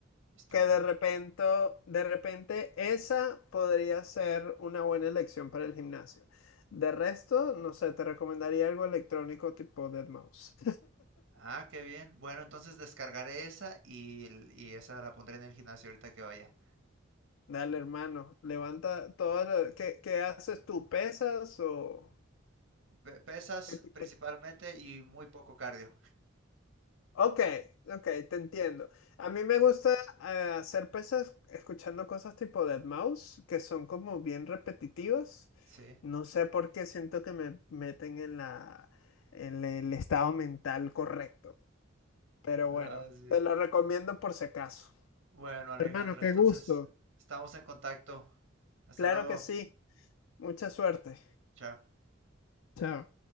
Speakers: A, on the right; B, on the left.
A: Stylo.
B: que de repente, de repente esa podría ser una buena elección para el gimnasio. De resto, no sé, te recomendaría algo electrónico tipo deadmau5.
A: Ah, qué bien. Bueno, entonces descargaré esa y, l- y esa la pondré en el gimnasio ahorita que vaya.
B: Dale, hermano, levanta todo lo... ¿Qué, qué haces tú? ¿Pesas o...?
A: Pe- pesas
B: qué te- qué-
A: principalmente y muy poco cardio.
B: Ok, ok, te entiendo. A mí me gusta eh, hacer pesas escuchando cosas tipo Deadmau5, que son como bien repetitivas.
A: Sí.
B: No sé por qué siento que me meten en la, en el estado mental correcto. Pero
A: Ah,
B: bueno,
A: sí.
B: te lo recomiendo por si acaso.
A: Bueno, Alejandro,
B: Hermano, qué
A: entonces
B: gusto.
A: estamos en contacto. Hasta
B: Claro
A: luego.
B: que sí. Mucha suerte.
A: Chao.
B: Chao.